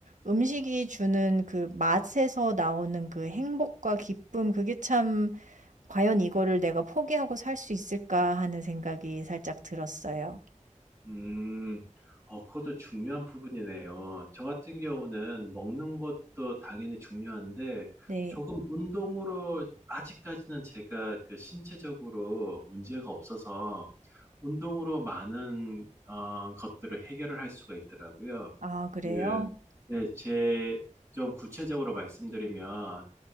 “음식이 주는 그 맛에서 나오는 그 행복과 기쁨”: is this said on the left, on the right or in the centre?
Right